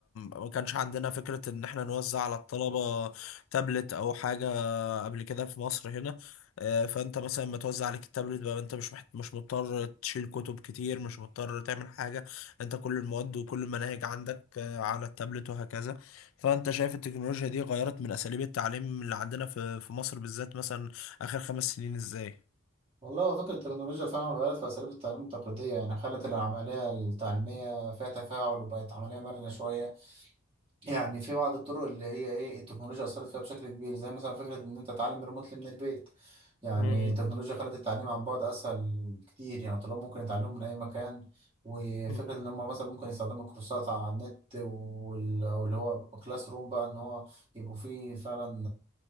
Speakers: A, on the left; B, on the right.
A: ما كانش عندنا فكرة ان احنا نوزع على الطلبة تابلت او حاجة قبل كده في مصر هنا آه، فانت مثلا لما توزع عليك التابلت بقى انت مش محت... مش مضطر تشيل كتب كتير مش مضطر تعمل حاجة انت كل المواد وكل المناهج عندك آه، على التابلت وهكذا فانت شايف التكنولوجيا دي غيرت من اساليب التعليم اللي عندنا في في مصر بالذات مثلا اخر خمس سنين ازاي
B: والله هو فكرة التكنولوجيا فعلا غيرت في أساليب التعليم التقليدية يعني خلت العملية التعليمية فيها تفاعل وبقت عملية مرنة شوية يعني في بعض الطرق اللي هي ايه التكنولوجيا اثرت فيها بشكل كبير زي مثلا فكره ان انت تتعلم ريموتلي من البيت يعني
A: مم.
B: التكنولوجيا خلت التعليم عن بعد اسهل كتير يعني الطلاب ممكن يتعلموا من اي مكان وفكره
A: مم.
B: ان هم مثلا ممكن يستخدموا الكورسات على النت وال- واللي هو كلاس روم بقى ان هو يبقوا فيه فعلا